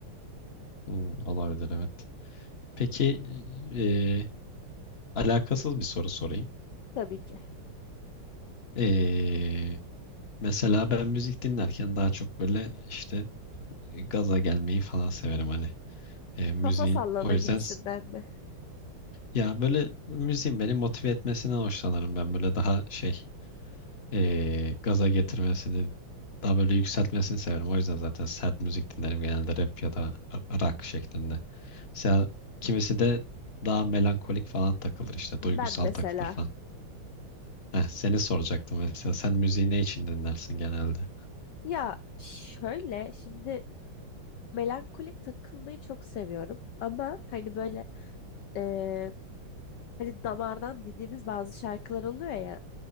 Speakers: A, on the left (about 35°); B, on the left (about 70°).
A: hmm, olabilir evet. Peki e, alakasız bir soru sorayım.
B: Tabii ki.
A: E, Mesela ben müzik dinlerken daha çok böyle işte gaza gelmeyi falan severim hani e, müziğin
B: Kafa sallama
A: o yüzden
B: gibisinden
A: s-
B: mi?
A: ya böyle müziğin beni motive etmesinden hoşlanırım ben böyle daha şey e, gaza getirmesini daha böyle yükseltmesini severim o yüzden zaten sert müzik dinlerim genelde rap ya da r- rock şeklinde. Mesela kimisi de daha melankolik falan takılır işte
B: Ben
A: duygusal
B: mesela.
A: takılır falan. Heh, seni soracaktım mesela sen müziği ne için dinlersin genelde?
B: Ya şöyle şimdi melankolik takılmayı çok seviyorum. Ama hani böyle e, hani damardan dediğimiz bazı şarkılar oluyor ya.